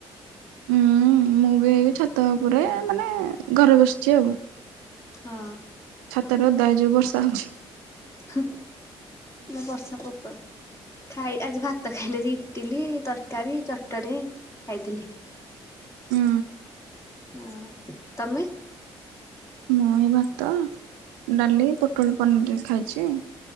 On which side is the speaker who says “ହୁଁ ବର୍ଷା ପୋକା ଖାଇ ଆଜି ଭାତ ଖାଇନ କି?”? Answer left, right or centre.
Left